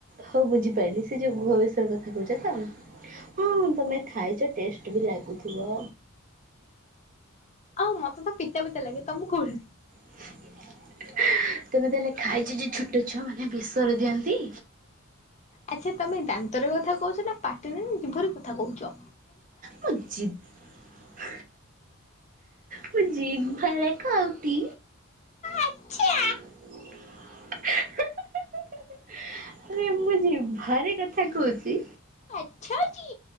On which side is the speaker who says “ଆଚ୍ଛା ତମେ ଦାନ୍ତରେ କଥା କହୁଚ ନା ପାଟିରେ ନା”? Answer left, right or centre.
Left